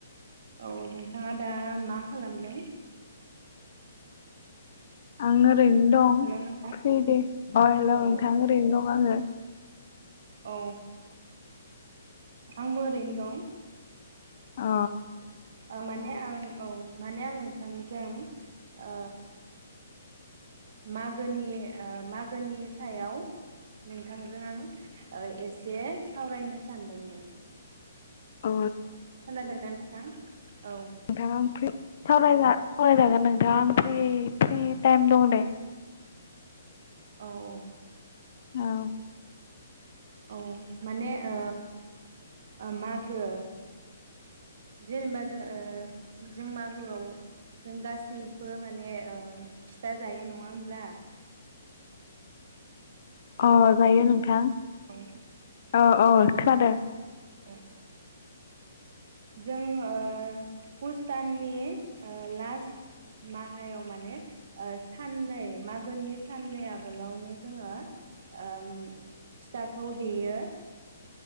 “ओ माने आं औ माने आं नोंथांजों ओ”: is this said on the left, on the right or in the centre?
Right